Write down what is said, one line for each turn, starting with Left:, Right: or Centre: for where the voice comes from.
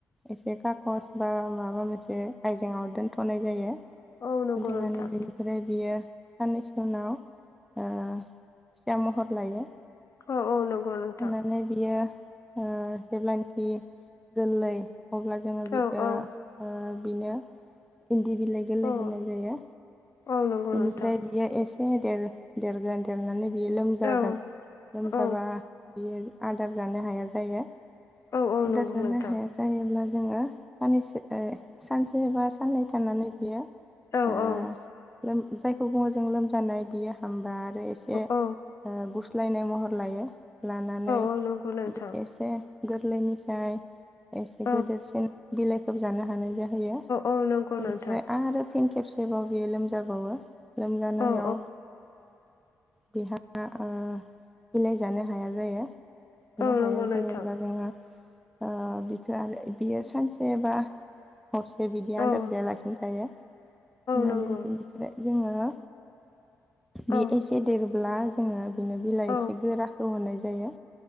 Centre: एसे खागस बा माबा मोनसे आयजेंआव दोनथ'नाय जायो दोनथ'नानै
Left: औ नंगौ नोंथां
Centre: बेनिफ्राय बियो साननैसो उनाव ओ फिसामहर लायो
Left: अ औ नोंगौ नोथां
Centre: लानानै बियो ओ जेब्लानाखि गोरलै अब्ला जोङो बेखो
Left: औ औ
Centre: बिनो इन्दि बिलाय गोरलै
Left: औ
Centre: होनाय जायो
Left: औ नंगौ
Centre: बिनिफ्राय
Left: नोंथां
Centre: बियो एस एसे देर देरगोन देरनानै बियो लोमजागोन
Left: औ
Centre: लोमजाबा
Left: औ
Centre: बियो आदार जानो हाया जायो
Left: औ नंगौ
Centre: आदार होनो
Left: नोंथां
Centre: हाया जायोब्ला जोङो सानैसो ओ सानसे बा साननै थानानै बियो
Left: औ
Centre: ओ
Left: औ
Centre: जायखौ बुङो जों लोमजानाय बियो हाम आरो एसे
Left: औ
Centre: ओ गुस लायनाय महर लायो लानानै
Left: औ नंगौ नोंथां
Centre: एसे गोरलैनि साय एसे
Left: औ
Centre: गोदोरसिन बिलाइ लोबजानो हानाय <unintelligible>
Left: औ नंगौ
Centre: बेनिफ्राय
Left: नोंथां
Centre: आरो आरो फिन खेबसे <unintelligible> जाबावो लोमजानायाव
Left: औ
Centre: बेहा ओ बिलाय जानो हाया जायो
Left: औ
Centre: नो हाया
Left: नंगौ नोंथां
Centre: जायोब्ला जोङो ओ बिखो आरो बियो सानसेबा हरसे बिदि आदार
Left: औ
Centre: जायालासिनो थायो होननानै
Left: नंगौ
Centre: बि जोङो बे
Left: औ
Centre: एसे देरोब्ला जोङो बिदिनो बिलाइ
Left: औ
Centre: एसे गोराखौ होनाय जायो